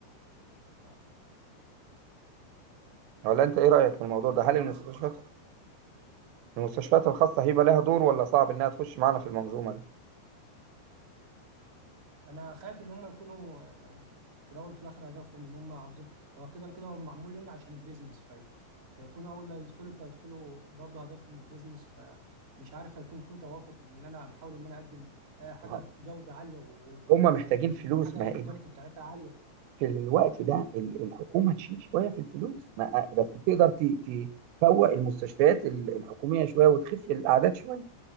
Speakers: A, on the right (about 25°); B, on the right (about 80°).
A: آه.
B: ولا انت ايه رايك في الموضوع
A: تمام
B: ده هل المستشفيات
A: وصلت اه
B: المستشفيات الخاصة هيبقى لها دور ولا صعب إنها تخش معانا في المنظومة دي؟
A: انا خايف ان هم يكونوا يعني في الاول وفي الاخر هدفهم ان هم عاوزين هو كده ولا كده هو معمول لنا عشان البيزنس في فيكونوا اول ما يدخلوا فيدخلوا برضه هدفهم البيزنس فمش عارف هيكون في توافق من ان انا بحاول ان انا اقدم آه، حاجه
B: ه-
A: بجوده عاليه والكواليتي
B: هم هم
A: بتاعتها
B: محتاجين فلوس
A: حاجه
B: ما
A: بالكواليتي
B: هي-
A: بتاعتها عاليه
B: في الوقت ده ال- الحكومه تشيل شويه في الفلوس ما بس تقدر ت- ت- تفوق المستشفيات ال- الحكوميه شويه وتخف الاعداد شويه